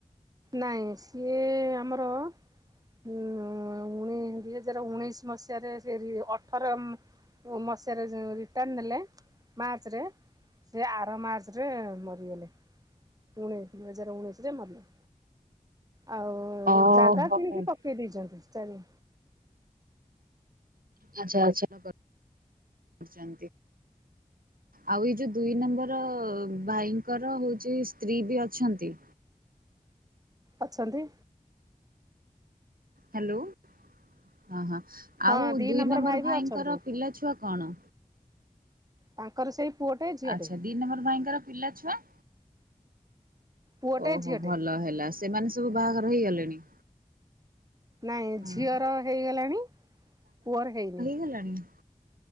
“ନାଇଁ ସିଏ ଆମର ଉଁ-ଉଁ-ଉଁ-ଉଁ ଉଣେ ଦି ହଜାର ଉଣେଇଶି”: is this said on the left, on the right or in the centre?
Right